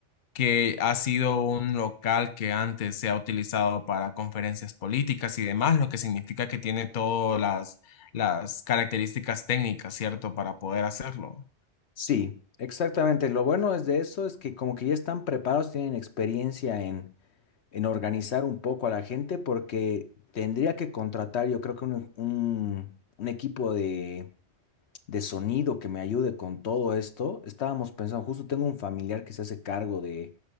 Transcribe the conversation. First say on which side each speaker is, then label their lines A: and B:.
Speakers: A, on the left; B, on the left.
A: que ha sido un local que antes se ha utilizado para conferencias políticas y demás, lo que significa que tiene todas las, las características técnicas, ¿cierto?, para poder hacerlo.
B: Sí, exactamente. Lo bueno es de eso es que como que ya están preparados, tienen experiencia en, en organizar un poco a la gente porque tendría que contratar yo creo que un, un- un equipo de, de sonido que me ayude con todo esto. Estábamos pensando, justo tengo un familiar que se hace cargo de,